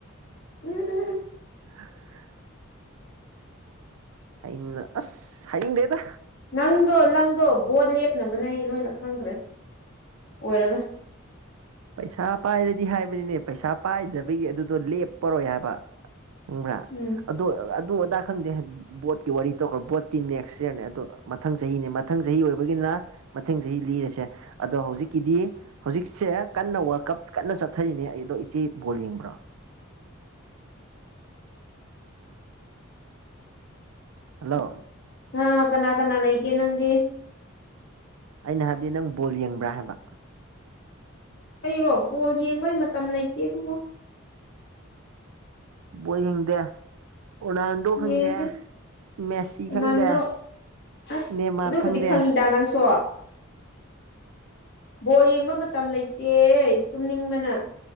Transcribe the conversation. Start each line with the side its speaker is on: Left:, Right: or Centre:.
Left: ꯎꯝ ꯎꯝ
Right: <unintelligible> ꯑꯩꯅ ꯑꯁ ꯍꯡ ꯗꯦꯗ
Left: ꯅꯪꯗꯣ ꯅꯪꯗꯣ ꯕꯣꯠ ꯂꯦꯞꯅꯕꯅꯦ ꯑꯩ ꯂꯣꯏꯅ ꯈꯪꯈ꯭ꯔꯦ ꯑꯣꯏꯔ
Right: ꯄꯩꯁꯥ ꯄꯥꯏꯔꯗꯤ ꯍꯥꯏꯕꯅꯤꯅꯦ ꯄꯩꯁꯥ ꯄꯥꯏꯗꯕꯒꯤ ꯑꯗꯨꯗꯣ ꯂꯦꯞꯄꯔꯣꯏ ꯍꯥꯏꯕ ꯈꯪꯕ꯭ꯔꯥ
Left: ꯎꯝ
Right: ꯑꯗꯣ ꯑꯗꯨ ꯑꯗꯥ ꯈꯪꯗꯦ ꯕꯣꯠꯀꯤ ꯋꯥꯔꯤ ꯇꯧꯈ꯭ꯔ ꯕꯣꯠꯇꯤ ꯅꯦꯛꯁ ꯌꯔꯅꯦ ꯑꯣ ꯃꯊꯪ ꯆꯍꯤꯅꯦ ꯃꯊꯪ ꯆꯍꯤ ꯑꯣꯏꯕꯒꯤꯅ ꯃꯊꯪ ꯆꯍꯤ ꯂꯤꯔꯁꯦ ꯑꯗꯣ ꯍꯧꯖꯤꯛꯀꯤꯗꯤ ꯍꯧꯖꯤꯛ ꯁꯦ ꯀꯟꯅ ꯋꯥꯔꯜ ꯀꯞ ꯀꯟꯅ ꯆꯠꯊꯔꯤꯅꯦ ꯑꯩꯗꯣ ꯏꯆꯦ ꯕꯣꯜ ꯌꯦꯡꯕ꯭ꯔꯣ ꯍꯜꯂꯣ꯫
Left: ꯑꯥ ꯀꯅꯥ ꯀꯅꯥ ꯂꯩꯒꯦ ꯅꯪꯗꯤ꯫
Right: ꯑꯩꯅ ꯍꯥꯏꯕꯗꯤ ꯅꯪ ꯕꯣꯜ ꯌꯦꯡꯕ꯭ꯔꯥ ꯍꯥꯏꯕ꯫
Left: ꯑꯩꯔꯣ ꯕꯣꯜ ꯌꯦꯡꯕꯩ ꯃꯇꯝ ꯂꯩꯇꯦ ꯏꯕꯨꯡꯉꯣ꯫
Right: ꯕꯣꯏ ꯌ‌ꯦꯡꯗ‌ꯦ꯫ ꯔꯣꯅꯥꯜꯗꯣ ꯈꯪꯗꯦ
Left: ꯌꯦꯡꯗꯦ
Right: ꯃꯦꯁꯤ
Left: ꯔꯣꯅꯥꯜꯗꯣ
Right: ꯈꯪꯗꯦ꯫
Left: ꯑꯁ
Right: ꯅꯦꯃꯥꯔ
Left: ꯑꯗꯨꯕꯨꯗꯤ
Right: ꯈꯪꯗꯦ
Left: ꯈꯪꯉꯤꯗ ꯅꯪꯁꫭ꯫ ꯕꯣꯜ ꯌꯦꯡꯕ ꯃꯇꯝ ꯂꯩꯇꯦ꯫ ꯇꯨꯝꯅꯤꯡꯕꯅ